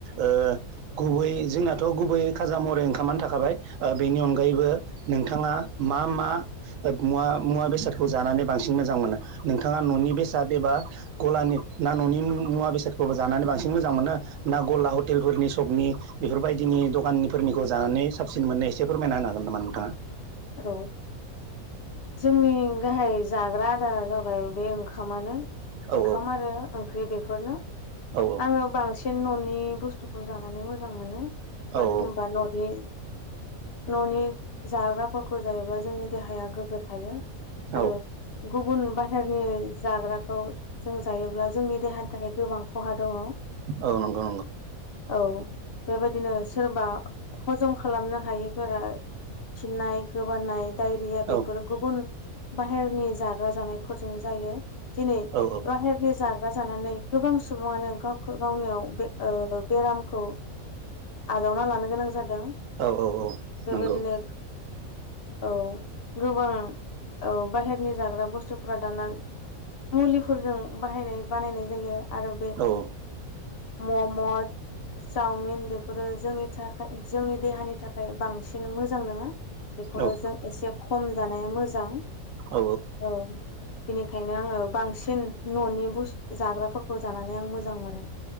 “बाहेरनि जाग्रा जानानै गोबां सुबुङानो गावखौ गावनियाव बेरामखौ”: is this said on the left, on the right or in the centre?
Left